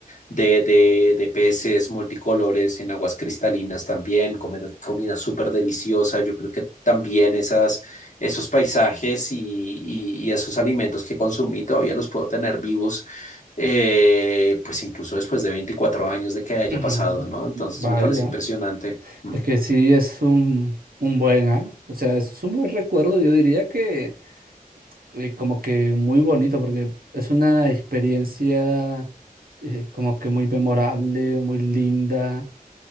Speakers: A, on the left; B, on the right.
A: de, de, de peces multicolores en aguas cristalinas también, comer comida súper deliciosa. Yo creo que también esas, esos paisajes y, y- y esos alimentos que consumí todavía los puedo tener vivos, eh, pues incluso después de 24 años de que haya
B: mm,
A: pasado, ¿no? Entonces
B: Vaya.
A: me parece impresionante. Mm.
B: Es que sí es un, un buen, ¿ah? O sea, es un buen recuerdo, yo diría que eh, como que muy bonito, porque es una experiencia eh, como que muy memorable, muy linda,